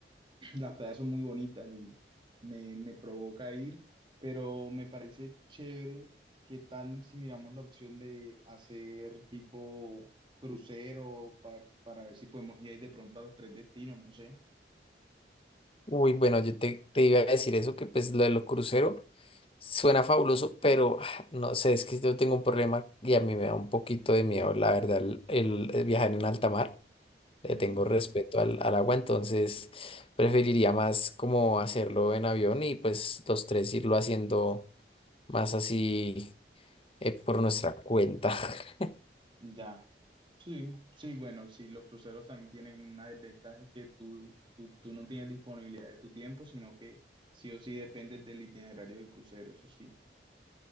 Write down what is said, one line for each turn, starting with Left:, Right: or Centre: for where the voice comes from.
Right: <clears throat> las playas son muy bonitas y me, me provoca ir, pero me parece chévere qué tal si miramos la opción de hacer tipo crucero para, para ver si podemos ir ahí de pronto a los tres destinos, no sé.
Left: Uy, bueno, yo te, te iba a decir eso, que pues lo de los cruceros suena fabuloso, pero ah, no sé, es que yo tengo un problema y a mí me da un poquito de miedo, la verdad, el, el- el viajar en alta mar. Le
Right: Ujú.
Left: tengo respeto al, al agua, entonces preferiría más como hacerlo en avión y pues los tres irlo haciendo más así eh, por nuestra cuenta. <laughs>
Right: Ya, sí, sí, bueno, sí, los cruceros también tienen una desventaja es que tú, tú, tú no tienes disponibilidad de tu tiempo, sino que sí o sí dependes del itinerario del crucero, eso sí.